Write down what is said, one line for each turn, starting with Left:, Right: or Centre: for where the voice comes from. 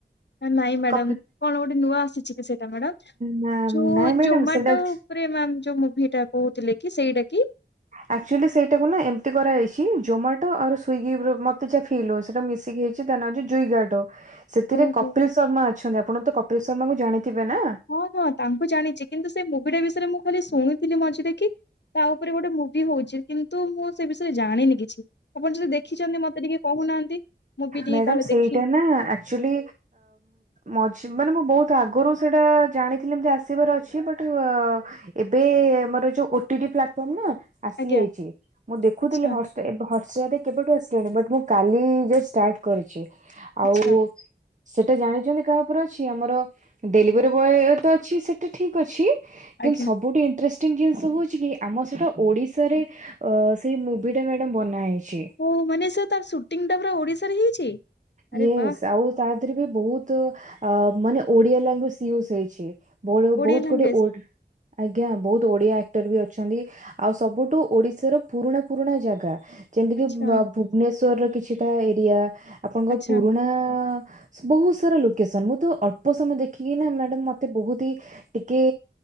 Left: ହ ନାଇଁ ମ୍ୟାଡ଼ାମ
Right: କପି
Left: କଣ ଗୋଟେ ନୂଆ ଆସିଛି କି ସେଟା ମ୍ୟାଡାମ
Right: ନା
Left: ଯୋଉ
Right: ନାଇଁ ମ୍ୟାଡାମ
Left: ଜୋମାଟୋ
Right: ସେଇଟା
Left: ଉପରେ ମ୍ୟାମ ଯୋଉ ମୁଭି ଟା କହୁଥିଲେ କି ସେଇଟା କି।
Right: ଆକ୍ଚୁଆଲି ସେଇଟାକୁ ନା ଏମିତି କରାହେଇଛି ଜୋମାଟୋ ଆଉର ସ୍ଵିଗି <unintelligible> ମତେ ଯା ଫିଲ ହଉ ସେଇଟା ମିଶିକି ହେଇ ଛି ତା ନା ହଉଚି ଜୁଇଗାଟୋ ସେଥିରେ
Left: ଓହୋ
Right: କପିଲ ଶର୍ମା ଅଛନ୍ତି ଆପଣ ତ କପିଲ ଶର୍ମାକୁ ଜାଣିଥିବେ ନା।
Left: ହଁ ହଁ ତାଙ୍କୁ ଜାଣିଚି କିନ୍ତୁ ସେ ମୁଭି ଟା ବିଷୟରେ ମୁଁ ଖାଲି ଶୁଣିଥିଲି ମଝିରେ କି ତା ଉପରେ ଗୋଟେ ମୁଭି ହଉଚି କିନ୍ତୁ ମୁଁ ସେ ବିଷୟରେ ଜାଣିନି କିଛି। ଆପଣ ଯଦି ଦେଖିଚନ୍ତି ମତେ ଟିକେ କହୁନାହାନ୍ତି ମୁଁ ବି ଟିକେ
Right: ମ୍ୟାଡାମ
Left: କାଳେ
Right: ସେଇଟା
Left: ଦେଖି
Right: ନା ଏକ୍ଚୁଲି ମଝି ମାନେ ମୁଁ ବହୁତ ଆଗରୁ ସେଇଟା ଜାଣିଥିଲି ଏମତି ଆସିବାର ଅଛି ବଟ୍ ଏବେ ଆମର ଯୋଉ ଓଟି ଟି ପ୍ଲାଟଫର୍ମ ନା ଆସିଯାଇଛି
Left: ଆଜ୍ଞା
Right: ମୁଁ ଦେଖୁଥିଲି
Left: ଆଚ୍ଛା
Right: ହଟ୍ ଏବେ ହୋଟଷ୍ଟାରରେ। କେବେଠୁ ଆସିଲଣି ବଟ୍ ମୁଁ କାଲି ଯୋଉ ଷ୍ଟାର୍ଟ କରିଛି।
Left: ଆଚ୍ଛା
Right: ଆଉ ସେଟା ଜାଣିଛନ୍ତି କାହା ଉପରେ ଅଛି ଆମର ଡେଲିଭରି ବୟ ତ ଅଛି ସେଟା ଠିକ ଅଛି
Left: ଆଜ୍ଞା।
Right: କିନ୍ତୁ ସବୁଠି ଇନ୍ତ୍ରେଷ୍ଟିଂ ଜିନିଷ ହଉଛି କି ଆମ ସେଇଟା ଓଡିଶାରେ ଅ ସେଇ ମୁଭି ଟା ମ୍ୟାଡାମ ବନା ହେଇଛି।
Left: ଓହୋ ମାନେ ସେ ତାର ସୁଟିଂ ଟା ପୁରା ଓଡିଶାରେ ହେଇଛି ଆରେ
Right: ୟେସ୍
Left: ବା।
Right: ଆଉ ତା ଦେହରେ ବି ବହୁତ ମାନେ ଓଡିଆ ଲାଙ୍ଗୁଏଜ ୟୁଜ ହେଇଛି। ବ
Left: ଓଡିଆ
Right: ବହୁତ
Left: ଲାଙ୍ଗୁଏଜ।
Right: ଗୋଟେ ଆଜ୍ଞା ବହୁତ ଓଡିଆ ଆକ୍ଟର ବି ଅଛନ୍ତି। ଆଉ ସବୁଠୁ ଓଡିଶାର ପୁରୁଣା ପୁରୁଣା ଜାଗା ଯେମିତି
Left: ଆଚ୍ଛା
Right: କିି ଭୁବନେଶ୍ଵରର କିଛିଟା ଏରିଆ ଆପଣଙ୍କର
Left: ଆଚ୍ଛା
Right: ପୁରୁଣା ବହୁତ ସାରା ଲୋକେସନ। ମୁଁ ତ ଅଳ୍ପ ସମୟ ଦେଖିକି ନା ମ୍ୟାଡାମ୍ ମତେ ବହୁତ ହି ଟିକେ